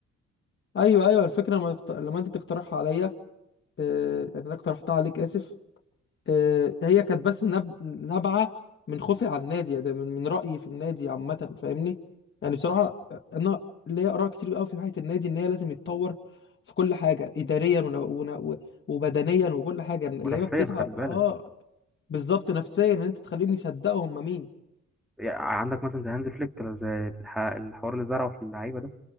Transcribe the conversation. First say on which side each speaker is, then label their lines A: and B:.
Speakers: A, on the left; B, in the centre.
A: ايوه ايوه الفكره لما تقت- لما انت تقترحها عليا آه، يعني انا اقترحتها عليك اسف آه، هي كانت بس نب- نابعة من خوفي على النادي يعني من من رأيي في النادي عامة فاهمني يعني بصراحة أنا ليا آراء كتير قوي في ناحية النادي إن هي لازم يتطور في كل حاجة إداريا ون... ون... و- وبدنيا وكل حاجة اللعيبة
B: نفسيا
A: بتتعب
B: خلي بالك
A: آه بالظبط نفسيا إن أنت تخليهم يصدقوا هم مين
B: يعني عندك مثلا زي هانز فليك ولا زي الح- الحوار اللي زرعه في اللعيبه ده